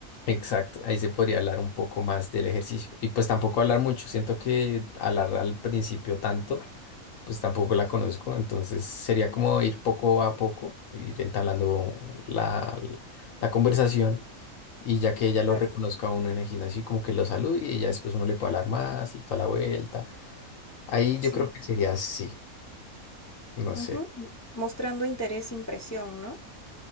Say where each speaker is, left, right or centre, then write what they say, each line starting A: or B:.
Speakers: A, on the left; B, on the left.
A: Exacto, ahí se podría hablar un poco más del ejercicio. Y pues tampoco hablar mucho, siento que hablar al principio tanto pues tampoco la conozco, entonces sería como ir poco a poco, ir entablando la, la conversación y ya que ella lo
B: claro.
A: reconozca a uno en el gimnasio y como que lo salude y ya después uno le puede hablar más y toda la vuelta. Ahí
B: Sí.
A: yo creo que sería
B: claro,
A: así, no sé,
B: ujú, Mostrando interés, e impresión, ¿no?